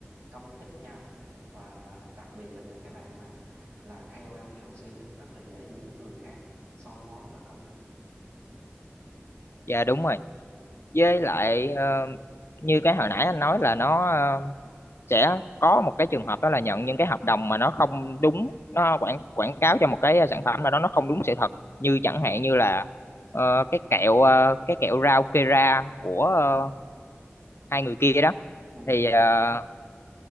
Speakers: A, on the right; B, on the left.
A: công kích nhau và và đặc biệt là những cái bạn mà là KOL KOC đó rất là dễ bị những người khác soi mói và công kích
B: dạ đúng rồi
A: ừ
B: với lại ờ, như cái hồi nãy anh nói là nó ờ, sẽ có một cái trường hợp đó là nhận những cái hợp đồng mà nó không đúng nó quảng quảng cáo cho một cái sản phẩm nào đó nó không đúng sự thật như
A: ừ
B: chẳng hạn như là ờ, cái kẹo ờ, cái kẹo rau Kera của
A: ừ
B: ờ, hai người kia đó
A: ừ
B: thì
A: ừ
B: ờ,